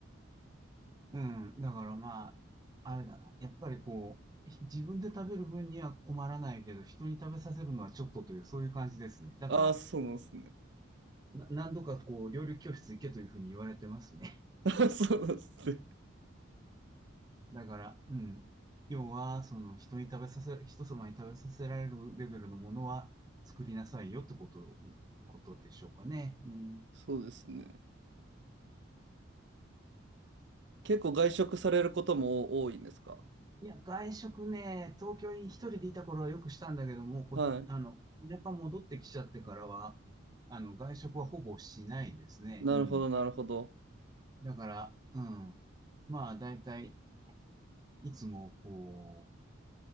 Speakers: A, on the right; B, on the right.
A: うん。だからまあ、あれだな。やっぱりこう、ひ自分で食べる分には困らないけど、人に食べさせるのはちょっとという、そういう感じですね。だから、
B: ああ、そうなんですね。
A: な何度かこう、料理教室行けというふうに言われてますね。
B: <laughs> あそうなんですね。
A: <laughs> だから、うん。要は、その、人に食べさせ、人様に食べさせられるレベルのものは作りなさいよってこと、ことでしょうかね。うん。
B: そうですね。結構外食されることも多いんですか
A: いや、外食ね、東京に一人でいた頃はよくしたんだけども、こ、
B: はい。
A: あの、田舎戻ってきちゃってからは、あの、外食はほぼしないですね。
B: なるほど、
A: うん。
B: なるほど。
A: だから、うん。まあ、だいたい、いつも、こ